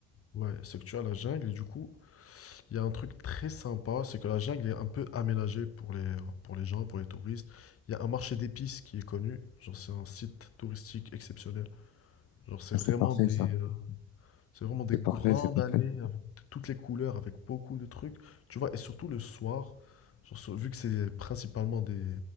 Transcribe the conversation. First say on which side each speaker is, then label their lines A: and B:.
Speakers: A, on the left (about 35°); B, on the left (about 50°).
A: Ouais, c'est que tu as la jungle et du coup, il y a un truc très sympa, c'est que la jungle est un peu aménagée pour les, pour les gens, pour les touristes. Il y a un marché d'épices qui est connu. Genre, c'est un site touristique exceptionnel. Genre, c'est
B: Ah,
A: vraiment
B: c'est parfait
A: des,
B: ça.
A: euh, c'est vraiment des
B: C'est
A: grandes
B: parfait, c'est parfait.
A: allées avec de toutes les couleurs, avec beaucoup de trucs. Tu vois, et surtout le soir, genre, sur- vu que c'est principalement des,